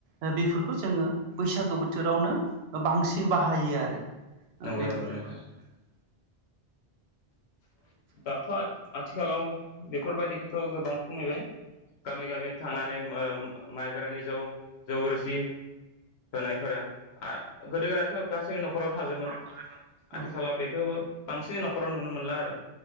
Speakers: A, on the right; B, on the left.
A: बे बेखौ जोङो बैसागो बोथोरावनो बांसिन बाहायो आरो।
B: नंगौ
A: बेफोर
B: नंगौ नोंथां।
A: ओमफ्राय
B: दाथ' आथिखालाव बेफोर बायदिखौथ' गोबां खमायबाय गामि गामि थांनानै माइब्रानि जौ जौ रोसि होनायफोरा गोदो गोदायथ' गासै न'खराव थाजोमोन
A: थाजोबोमोन।
B: आथिखालाव बेखौबो बांसिन न'खर नुनो मोनला आरो